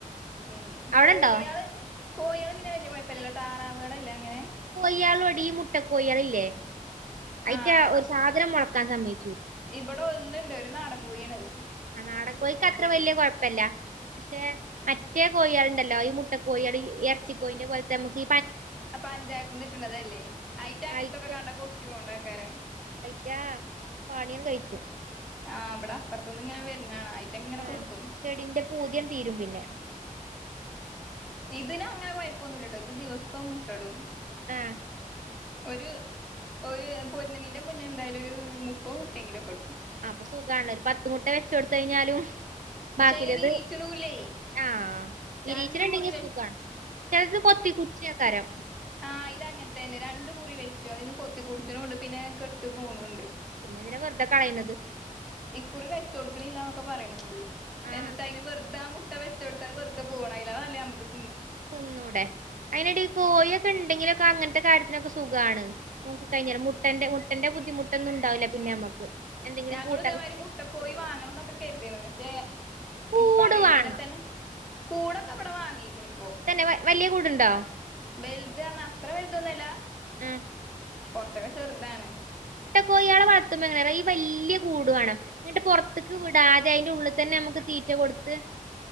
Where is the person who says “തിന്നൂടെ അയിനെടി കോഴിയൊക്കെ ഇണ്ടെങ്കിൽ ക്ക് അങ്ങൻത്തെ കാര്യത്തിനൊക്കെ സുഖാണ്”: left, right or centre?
Right